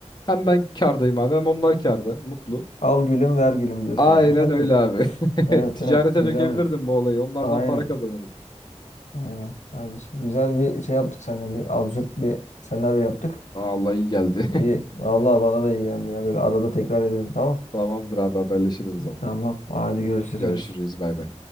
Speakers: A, on the left; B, on the left.
A: Hem ben kârdayım abi hem onlar kârda, mutlu.
B: Al gülüm ver gülüm diyorsun
A: Aynen
B: yani. Öyle
A: öyle
B: mi?
A: abi.
B: Evet
A: <laughs> Ticarete
B: evet. Güzelmiş.
A: dökebilirdim bu olayı. Onlardan
B: Aynen.
A: para kazanırdım.
B: Aynen kardeşim. Güzel bir şey yaptık seninle. Bir absürt bir senaryo yaptık.
A: Aa, Allah iyi geldi.
B: İyi. Vallahi bana da iyi geldi ya. Böyle arada tekrar edelim tamam.
A: <laughs> Tamamdır abi haberleşiriz o zaman.
B: Tamam. Hadi görüşürüz.
A: Görüşürüz bay bay.